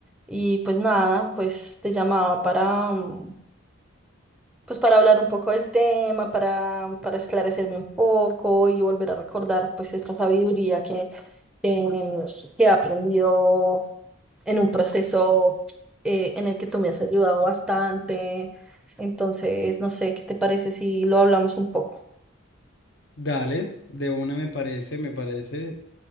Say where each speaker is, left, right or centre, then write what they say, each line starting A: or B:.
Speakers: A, in the centre; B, on the left.
A: Y pues nada, pues te llamaba para, mm, pues para hablar un poco del tema, para, para esclarecerme un poco y volver a recordar pues esta sabiduría que, que, mm, que he aprendido en un proceso eh, en el que tú me has ayudado bastante. Entonces, no sé, ¿qué te parece si lo hablamos un poco?
B: Dale, de una me parece, me parece.